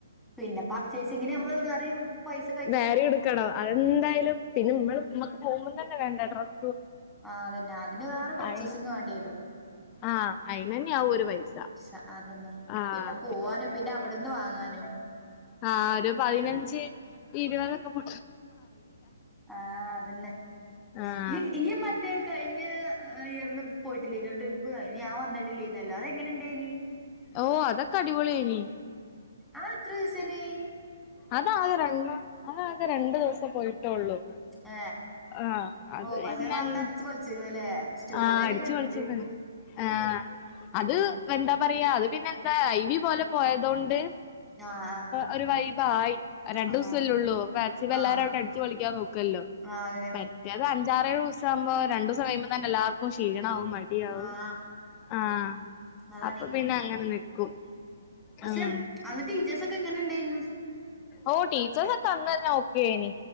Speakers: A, in the centre; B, on the left.
A: പിന്നെ പർച്ചേസിങ്ങിന് നമ്മള് വെറിം പൈസ്
B: വേറിം എടുക്കണം അതെന്തയാലും പിന്നെ മ്മള് മ്മക്ക് പോകുമ്പോ തന്നെ വേണ്ടെ ഡ്രസ്സ്‌.
A: ആ അതന്നെ അതിന് വേറെ പർച്ചേസിങ്
B: അയി
A: വേണ്ടി വരും.
B: ആഹ് അയിനന്നെ ആവും ഒരു പൈസ
A: സ അതന്നെ
B: ആഹ്
A: പിന്നെ പോവാനും പിന്നെ അവിടുന്ന് വാങ്ങാനും. നും
B: ആ രു പതിനഞ്ച് ഇരുപതൊക്കെ പൊ
A: ആ അതന്നെ
B: ആഹ്
A: ഇയ് ഈ മറ്റേ കഴി ഇയ് ഇയർന്ന് പോയിട്ടില്ലേയ്നോ ട്രിപ്പ് അയ്ന് ഞാൻ വന്നിട്ടില്ലേനല്ലോ അതെങ്ങനെണ്ടായിനീ?
B: ഓ അതൊക്കെ അടിപൊളിനീയ്.
A: ആ എത്ര ദിവസേനീ
B: അതാകെ രണ്ടോ അതകെ രണ്ടു ദിവസം പോയിട്ട് ന്റോള്ളൂ
A: ഏ
B: ആ അതു
A: ഓ പക്ഷെ
B: പിന്നെന്നാ
A: ഇങ്ങള് അന്ന് അടിച്ച് പൊളിച്ച്ക്ക്ണ്ല്ലേ സ്റ്റോറിയൊക്കെ
B: ആ അടിച്ച്
A: കണ്ട്
B: പൊളിച്ച്ന്ന് ആ
A: ഉം
B: അത് എന്താ പറയാ അത് പിന്നെ ന്താ ഐവി പോലെ പോയതൊണ്ട്.
A: ആഹ്
B: ഒരു വൈബായി. രണ്ടുദിസൊല്ലോള്ളൂ
A: ആഹ്
B: മാക്സിമം എല്ലാരും
A: ആഹ്
B: അവിടെ അടിച്ചു പൊളിക്കാൻ നോക്കുല്ലോ
A: ആഹ് ആഹ് അതന്നെ
B: പറ്റുകന്നോ റ്റാറെഴുസമ്പോ രണ്ടു ദിവസം കഴിയുമ്പോ തന്നെ എല്ലാവർക്കും ക്ഷീണവും മടിയാവും
A: ആഹ്
B: ആ.
A: അതാണെ
B: അപ്പൊ പിന്നെ അങ്ങനെ നിക്കും.
A: പക്ഷെ
B: ആഹ്
A: അന്ന് ടീച്ചേഴസ് ഒക്കെ എങ്ങനെ ഇണ്ടെയിനു?
B: ഓ ടീച്ചേസൊക്കെ അന്നുതന്നെ ഓക്കെയിന്